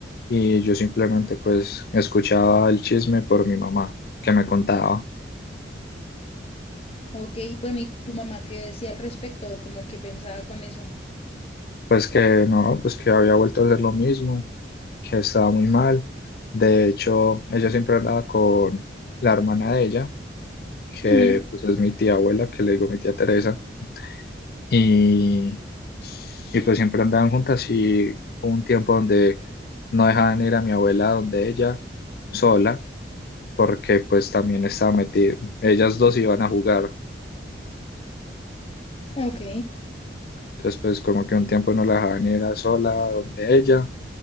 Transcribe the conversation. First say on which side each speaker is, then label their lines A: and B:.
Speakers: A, on the left (about 55°); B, on the left (about 35°).
A: y yo simplemente pues escuchaba el chisme por mi mamá que me contaba
B: Ok, bueno, ¿y tu mamá qué decía al respecto o como que pensaba con eso?
A: pues que no, pues que había vuelto a hacer lo mismo, que estaba muy mal. De hecho, ella siempre andaba con la hermana de ella que
B: Ujú,
A: pues es mi tía abuela, que le digo mi tía Teresa, y, y pues siempre andaban juntas y hubo un tiempo donde no dejaban ir a mi abuela donde ella sola, porque pues también estaba metida, ellas dos iban a jugar,
B: Ok.
A: entonces pues como que un tiempo no la dejaban ir a sola donde ella